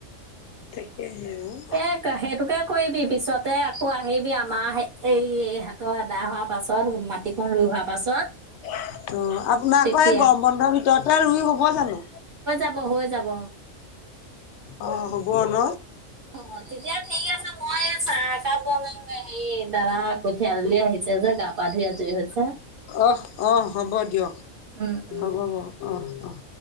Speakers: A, on the left; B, on the right.
A: তাকেহে আৰু
B: এ সেইটোকে কৰিবি পিছতে আকৌ আহিবি আমাৰ এই এই হেতৰ আদায় হোৱাৰ পাছত মাটিকন ৰুই হোৱাৰ পাছত
A: অ আপোনাৰ
B: তেতিয়া
A: আকৌ এই গম বন্ধৰ ভিতৰতে ৰুই হব জানো
B: হয় যাব হৈ যাব
A: অ হ'ব ন
B: অ তেতিয়া ঠিক আছে মই চাহ একাপ বনাঙ এই হাই দাৰা কঠিয়া তুলি আহিছে যে গা পা ধুই আজুৰি হৈছে।
A: অহ অহ হ'ব দিয়ক
B: উম, উম।
A: হ'ব হব অহ অহ